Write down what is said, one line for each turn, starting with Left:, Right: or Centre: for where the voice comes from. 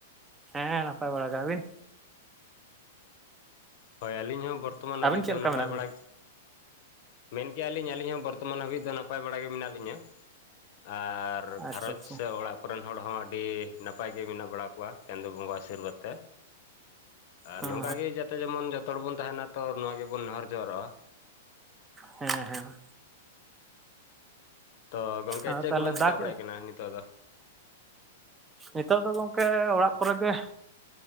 Right: ᱦᱮᱸ ᱱᱟᱯᱟᱭ ᱵᱟᱲᱟ ᱜᱮ ᱟᱵᱤᱱ?
Left: ᱦᱳᱭ ᱟᱹᱞᱤᱧ ᱦᱚᱸ ᱵᱚᱨᱛᱚᱢᱟᱱ
Right: ᱟᱹᱵᱤᱱ
Left: ᱦᱟᱹᱵᱤᱡ
Right: ᱪᱮᱫ
Left: ᱫᱚ
Right: ᱞᱮᱠᱟ
Left: ᱱᱟᱯᱟᱭ
Right: ᱢᱮᱱᱟᱜ
Left: ᱵᱟᱲᱟ
Right: ᱵᱤᱱᱟ
Left: ᱢᱮᱱᱠᱮᱜᱼᱟ ᱞᱤᱧ ᱟᱹᱞᱤᱧ ᱦᱚᱸ ᱵᱚᱨᱛᱚᱢᱟᱱ ᱦᱟᱹᱵᱤᱡ ᱫᱚ ᱱᱟᱯᱟᱭ ᱵᱟᱲᱟᱜᱮ ᱢᱮᱱᱟᱜ ᱞᱤᱧᱟᱹ ᱟᱨ ᱟᱨ
Right: ᱟᱪᱪᱷᱟ
Left: ᱜᱷᱟᱨᱚᱸᱡᱽ
Right: ᱟᱪᱪᱷᱟ
Left: ᱥᱮ ᱚᱲᱟᱜ ᱠᱚᱨᱮᱱ ᱦᱚᱲ ᱦᱚᱸ ᱟᱹᱰᱤ ᱱᱟᱯᱟᱭ ᱜᱮ ᱢᱮᱱᱟᱜ ᱵᱟᱲᱟ ᱠᱚᱣᱟ ᱪᱟᱸᱫᱚ ᱵᱚᱸᱜᱟ ᱟᱥᱤᱨᱵᱟᱫ ᱛᱮ᱾ ᱟᱨ
Right: ᱦᱮᱸ
Left: ᱱᱚᱝᱠᱟ ᱜᱮ ᱡᱟᱛᱮ ᱡᱮᱢᱚᱱ ᱡᱚᱛᱚ ᱦᱚᱲ ᱵᱚᱱ ᱛᱟᱦᱮᱱᱟ ᱛᱚ ᱱᱚᱣᱟ ᱜᱮᱵᱚᱱ ᱱᱮᱦᱚᱨ ᱡᱚᱦᱟᱨᱚᱜᱼᱟ᱾
Right: ᱦᱮᱸ ᱦᱮᱸ
Left: ᱛᱚ ᱜᱚᱝᱠᱮ
Right: ᱟᱨ
Left: ᱪᱮᱫ
Right: ᱛᱟᱦᱚᱞᱮ
Left: ᱠᱚᱵᱮᱱ ᱪᱮᱠᱟ
Right: ᱫᱟᱜ
Left: ᱵᱟᱲᱟᱭᱮᱫ ᱠᱟᱱᱟ ᱱᱤᱛᱚᱜ ᱫᱚ?
Right: ᱱᱤᱛᱚᱜ ᱫᱚ ᱜᱚᱢᱠᱮ ᱚᱲᱟᱜ ᱠᱚᱨᱮ ᱜᱮ᱾